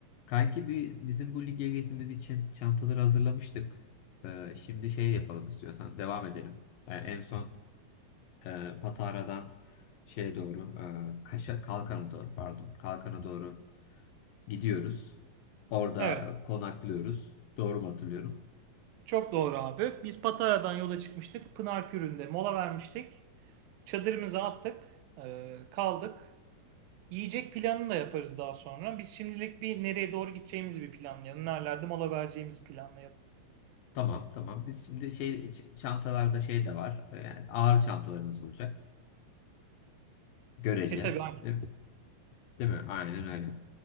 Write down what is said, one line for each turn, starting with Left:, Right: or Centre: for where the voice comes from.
Left: Kanki bir, bizim bu lige gezimiz için çantaları hazırlamıştık. Ee, şimdi şey yapalım istiyorsan devam edelim. Yani en son e, Patara'dan şeye doğru, e, Kaşa, Kalkan'a doğru pardon, Kalkan'a doğru gidiyoruz. Orada
Right: Evet,
Left: e, konaklıyoruz. Doğru mu hatırlıyorum?
Right: çok doğru abi. Biz Patara'dan yola çıkmıştık. Pınarkürü'nde mola vermiştik. Çadırımızı attık, e, kaldık. Yiyecek planını da yaparız daha sonra. Biz şimdilik bir nereye doğru gideceğimizi bir planlayalım. Nerelerde mola vereceğimizi planlayalım.
Left: Tamam tamam. Biz şimdi şey ç- çantalarda şey de var. E, Yani ağır çantalarımız olacak. Görece.
Right: E tabii aynen.
Left: Değil, değil mi? Aynen öyle.